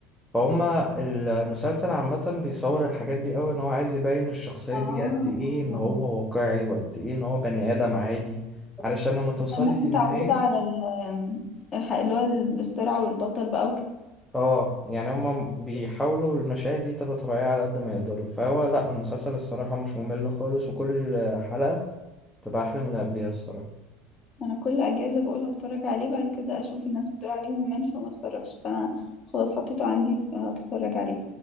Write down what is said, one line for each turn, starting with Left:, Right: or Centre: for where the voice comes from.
Centre: فهما المسلسل عامه بيصور الحاجات دي قوي ان هو عايز يبين الشخصيه
Left: اه
Centre: دي قد ايه ان هو واقعي وقد ايه ان هو بني ادم عادي علشان لما توصلي
Left: الناس
Centre: للنهايه
Left: متعودة على ال- الح- اللي هو السرعة والبطل بقى
Centre: اه يعني هما بيحاولوا المشاهد دي تبقى طبيعية على قد ما يقدروا فهو لا المسلسل الصراحة مش ممل خالص وكل حلقة تبقى أحلى من اللي قبليها الصراحة
Left: انا كل اجازه بقول هتفرج عليه بعد كده اشوف الناس بتقول عليه ممل فما اتفرجش فانا خلاص حطيته عندي ف- هتفرج عليه